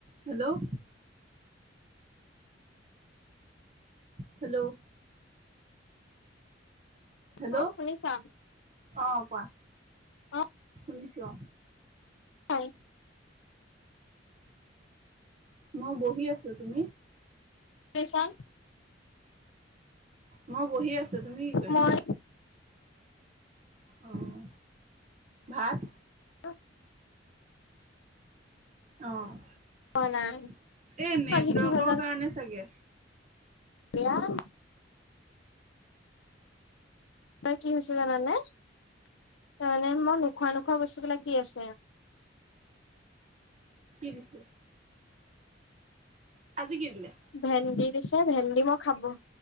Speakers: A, on the right; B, on the left.
A: Hello hello hello
B: অ শুনিছা
A: অ কোৱা
B: অ
A: শুনিছো অ
B: হয়
A: মই বহি আছোঁ তুমি
B: পি চাং
A: মই বহি আছোঁ তুমি কি কৰিছা
B: মই
A: উম ভাত
B: লো
A: অ
B: পোৱা
A: এ
B: নাই
A: নেটৱৰ্কৰ
B: আজি কি হ'ল
A: কাৰণে চাগে
B: এয়াম ত কি হৈছে জানানে তাৰমানে মই নোখোৱা নোখোৱা
A: কি
B: বস্তু বিলাক দি আছে
A: কি দিছে আজি কি দিলে?
B: ভেন্দি দিছে, ভেন্দি মই খাব